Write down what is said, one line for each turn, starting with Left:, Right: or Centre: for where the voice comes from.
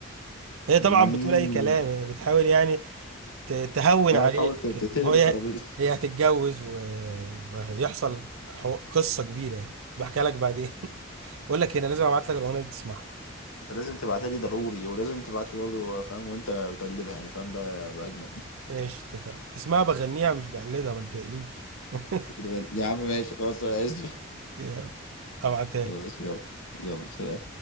Right: هي طبعا
Left: امم
Right: بتقول أي كلام هي بتحاول يعني ت- تهون
Left: اه
Right: عليه
Left: تحاول ت-
Right: لكن
Left: تقلب
Right: هو هي
Left: الترابيزه
Right: هي هتتجوز و... وهيحصل حو... قصة كبيرة يعني بحكي لك بعدين <laughs> بقول لك إيه، انا لازم ابعت لك الاغنية دي تسمعها
Left: <laughs> انت لازم تبعتها لي ضروري ولازم تبعت لي برضه فاهم وانت بتقلدها يعني فاهم ده بقى اجمد
Right: ايش اتفق اسمها بغنيها مش بقلدها ما تضايقنيش <laughs>
Left: <laughs> بتغني. يا عم ماشي خلاص انا اسف
Right: يلا ابعتها
Left: خلاص يلا
Right: لك
Left: يلا سلام